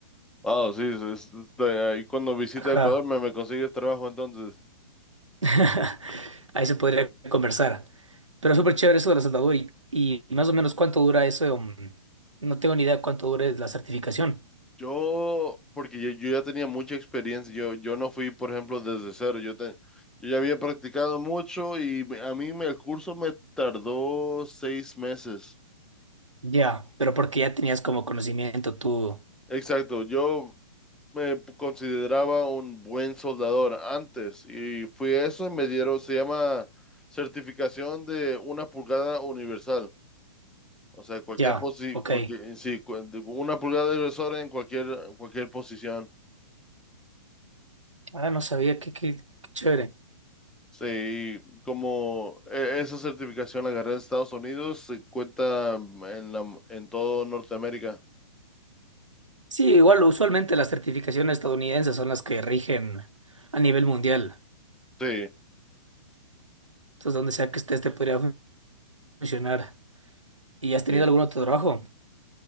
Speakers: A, in the centre; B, on the right.
A: Ah, sí, es- es- este, ahí cuando visita
B: Ajá.
A: Ecuador me, me consigues trabajo entonces.
B: <laughs> Ahí se podría conversar. Pero súper chévere eso de la soldadura y, y más o menos cuánto dura eso. mm, No tengo ni idea cuánto dure la certificación.
A: Yo, porque yo, yo ya tenía mucha experiencia, yo, yo no fui, por ejemplo, desde cero, yo, te- yo ya había practicado mucho y me- a mí me- el curso me tardó seis meses.
B: Ya, pero porque ya tenías como conocimiento tú.
A: Exacto, yo me consideraba un buen soldador antes y fui a eso y me dieron, se llama certificación de una pulgada universal, o sea, cualquier
B: Ya,
A: posi,
B: ok.
A: cualquier, sí, cu- de una pulgada universal en cualquier, cualquier posición.
B: Ah, no sabía, qué, qué, qué chévere.
A: Sí, como eh, esa certificación la agarré en Estados Unidos, se cuenta mm, en la, en todo Norteamérica.
B: Sí, igual usualmente las certificaciones estadounidenses son las que rigen a nivel mundial.
A: Sí,
B: Entonces, donde sea que estés, te podría fun- funcionar. ¿Y has tenido
A: sí.
B: algún otro trabajo?